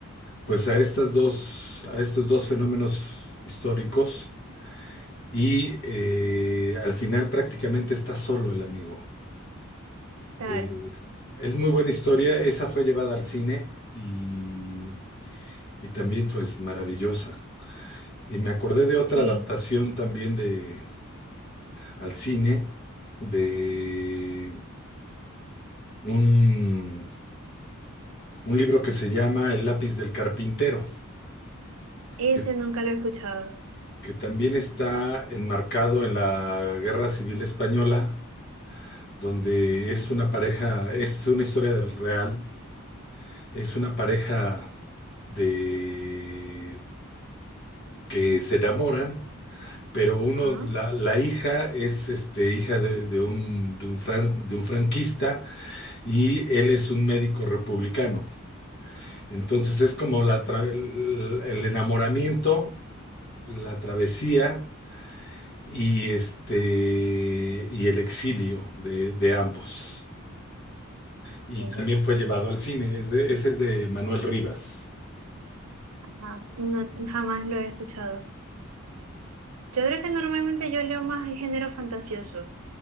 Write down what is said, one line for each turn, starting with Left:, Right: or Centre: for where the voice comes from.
Left: pues a estas dos, a estos dos fenómenos históricos y eh, al final prácticamente está solo el amigo.
Right: claro,
Left: Eh, es muy buena historia, esa fue llevada al cine y, y también pues maravillosa. Y me acordé de otra
Right: sí,
Left: adaptación también de al cine de un un libro que se llama El lápiz del carpintero,
Right: ese
Left: que,
Right: nunca lo he escuchado.
Left: que también está enmarcado en la Guerra Civil Española, donde es una pareja, es una historia del real, es una pareja de que se enamoran, pero uno,
Right: Ajá.
Left: la, la hija es este, hija de, de un, de un fran- de un franquista y él es un médico republicano. Entonces es como la tra- el el enamoramiento, la travesía y este y El exilio de, de ambos. Y
Right: Ok,
Left: también fue llevado al cine. Es de- ese es de Manuel Rivas.
Right: ajá. No, jamás lo he escuchado. Yo creo que normalmente yo leo más el género fantasioso,